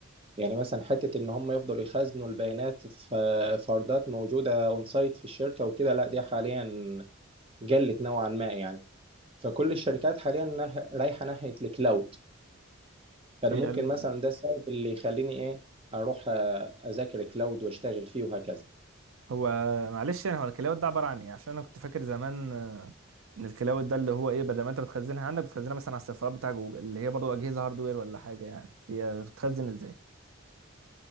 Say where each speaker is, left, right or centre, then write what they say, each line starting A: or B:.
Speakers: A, on the right; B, on the right.
A: يعني مثلا حتة إن هم يفضلوا يخزنوا البيانات في فردات موجودة أون سايت في الشركة وكده لا دي حاليا قلت نوعا ما يعني فكل الشركات حاليا نه- رايحة ناحية الكلاود فانا
B: هي
A: ممكن
B: ال-
A: مثلا ده السبب اللي يخليني ايه اروح آه، اذاكر كلاود واشتغل فيه وهكذا
B: هو معلش يعني هو الكلاود ده عباره عن ايه عشان انا كنت فاكر زمان آه، ان الكلاود ده اللي هو ايه بدل ما انت بتخزنها عندك بتخزنها مثلا على السيرفرات بتاع جوجل اللي هي برضو اجهزه هاردوير ولا حاجه يعني هي بتخزن ازاي